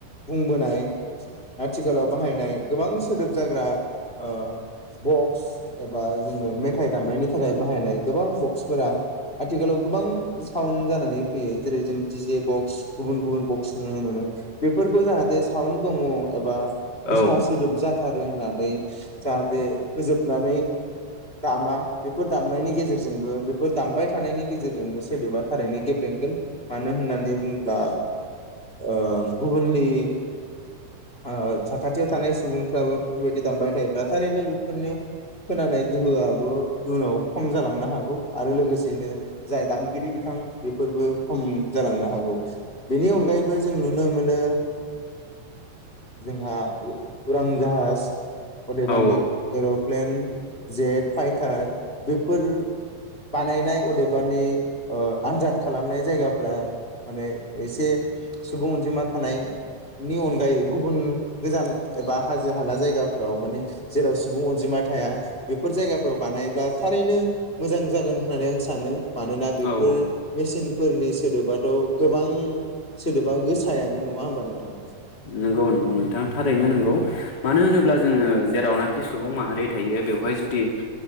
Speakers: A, on the left (about 15°); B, on the left (about 35°).
A: बुंबोनाय आथिखालाव बाहायनाय गोबां सोदोब जाग्रा ओ बक्स एबा जोङो मेथाइ दामनायनि थाखाय बाहायनाय गोबां बक्सफोरा आथिखालाव गोबां साउन्ड जानानै फैयो जेरै जों डि जे बक्स गुबुन गुबुन बक्स नुनो मोनो बेफोरखौ जाहाथे साउन्ड दङ एबा गोसा
B: औ
A: सोदोब जाथारो होननानै जाहाथे होजोब नानै दामा बे बेफोर दामनायनि गेजेरजोंबो बेफोर दामबाय थानायनि गेजेरजोंबो सोदोबा थारैनो गेब्लेंगोन मानो होननानै बुङोब्ला ओ गुबुननि ओ साखाथियाव थानाय सुबुंफ्राबो बेफोरबायदि दामबाय थायोब्ला थारैनो बिफोरनि खोनानाय गोहोआबो इयुनाव खम जालांनो हागौ आरो लोगोसेयैनो जाय दामगिरि बि बिथां बेफोरबो खम जालांनो हागौ बेनि अनगायैबो जों नुन नुनो मोनो जोंहा उ-उरां जाहाज अदेबानि
B: औ
A: एर' प्लेन जेट फाइटार बेफोर बानायनाय अदेबानि आनजाद खालामनाय जायगाफ माने एसे सुबुं अनजिमा थानायनि अन गाय गुबुन गोजान एबा हाजो हाला जायगाफ्राव माने जेराव सुबुं अनजिमा थाया बेफोर जायगाफोराव बानायब्ला थारैनो मोजां जागोन होननानै आं सानो मानोना बेफोर
B: औ औ
A: मेसें फोरनि सोदोबाथ गोबां सोदोबा गोसायानो नङा होमबा नोंथां?
B: नंगौ-नंगौ नोंथां थारैनो नंगौ, मानो होनोब्ला जोङो जेरावनाखि सुबुं माहारि थायो बेवहाय जुदि